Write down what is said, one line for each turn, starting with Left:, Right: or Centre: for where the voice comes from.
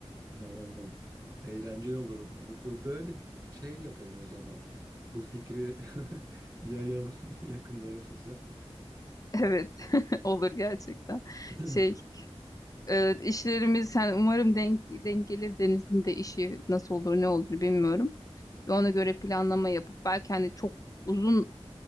Right: Aynen, aynen. Eğlenceli olur. Bu- bu- Böyle şey yapalım o zaman. Bu fikri <laughs> yayalım <laughs> yakınlarımıza.
Left: <laughs> Evet <laughs> olur gerçekten.
Right: <clears throat>
Left: Şey Ee, işlerimiz yani umarım denk, denk gelir Deniz'in de işi nasıl olur ne olur bilmiyorum. Ve ona göre planlama yapıp belki hani çok uzun